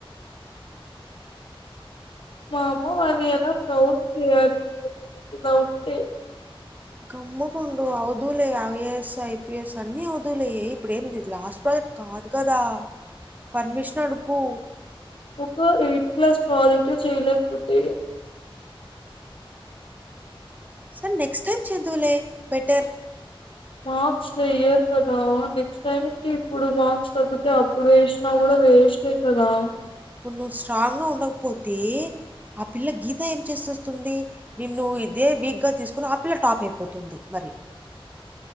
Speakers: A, on the left; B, on the right.
A: మా అమ్మ వాళ్ళి ఎలా ప్రౌడ్ చేయాలి ఇలా ఉంటే
B: కమ్ముకుండు అవుధువులే ఐఏఎస్ ఐపీఎస్ అన్ని అవధూలవులే యే ఇప్పుడు ఏందిది లాస్ట్ ప్రాజెక్ట్ కాదు కదా పర్మిషన్ అడుగు
A: ఒక ఎయిత్ క్లాస్ ప్రాజెక్ట్ చేయలేకపోతే
B: సర్ నెక్స్ట్ టైమ్ చేదువులే బెటర్
A: మార్క్స్ వెయ్యర్ కదా నెక్స్ట్ టైమ్ కి ఇప్పుడు మార్క్స్ తగ్గితే అప్పుడు వేసినా కూడా వేస్టే కదా
B: ఇప్పుడు నువ్వు స్ట్రాంగ్ గా ఉండకపోతే ఆ పిల్ల గీత ఏం చేసేస్తుంది నిన్ను ఇదే వీక్ గా తీసుకుని ఆపిల్ల టాప్ అయిపోతుంది మరి